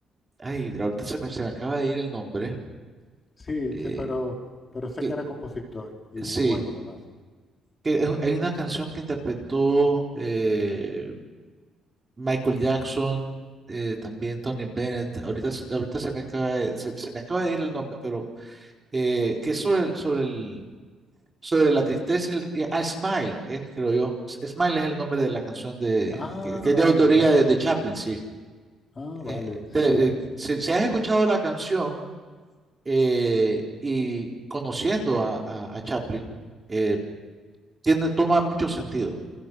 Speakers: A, on the right; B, on the left.
A: ay, ahorita se me, se me acaba de ir el nombre.
B: sí,
A: eh,
B: sí, pero, pero sé
A: que,
B: que era compositor y
A: sí,
B: bueno además.
A: que es- hay una canción que interpretó... eh, Michael Jackson, eh, también Tony Bennett. Ahorita, se- ahorita se me acaba de, se, se me acaba de ir el nombre, pero eh, que es sobre el, sobre el, sobre la tristeza y el- y- ah, Smile, eh, creo yo. S- Smile es el nombre de la canción de,
B: Ah,
A: que, que es
B: vale,
A: de autoría
B: vale,
A: de, de Chaplin, sí.
B: ah, vale,
A: Eh,
B: sí,
A: te- eh, si, si has escuchado la canción eh, y conociendo a, a- a Chaplin, eh, tiene, toma mucho sentido.